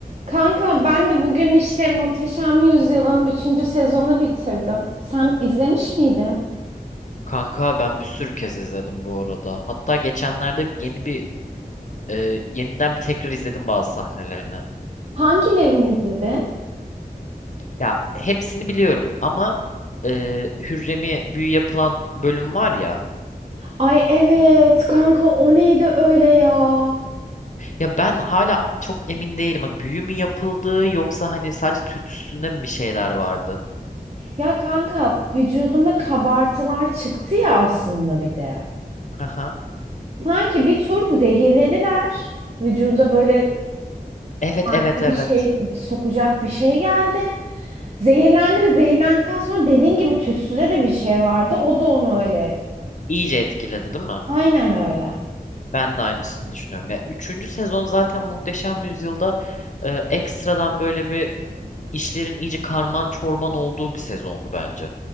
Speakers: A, on the right; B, on the left.
A: Kanka ben de bugün işte Muhteşem Yüzyıl'ın üçüncü sezonu bitirdim. Sen izlemiş miydin?
B: Kanka ben bir sürü kez izledim bu arada. Hatta geçenlerde yeni bir e, yeniden bir tekrar izledim bazı sahnelerini.
A: Hangilerini izledin?
B: Ya hepsini biliyorum ama e, Hürrem'e büyü yapılan bölüm var ya.
A: Ay evet kanka o neydi öyle ya?
B: Ya ben hala çok emin değilim. Hani büyü mü yapıldı yoksa hani sadece tütsüsünde mi bir şeyler vardı?
A: Ya kanka vücudunda kabartılar çıktı ya aslında bir de.
B: Aha.
A: Sanki bir tur zehirlediler. Vücuda böyle
B: Evet
A: farklı
B: evet evet.
A: bir şey sokacak bir şey geldi. Zehirlendi, zehirlendikten sonra dediğin gibi tütsüde de bir şey vardı. O da onu öyle.
B: İyice etkiledi değil mi?
A: Aynen öyle.
B: Ben de aynısını düşünüyorum. Ya üçüncü sezon zaten Muhteşem Yüzyıl'da e, ekstradan böyle bir işlerin iyice karman çorman olduğu bir sezondu bence.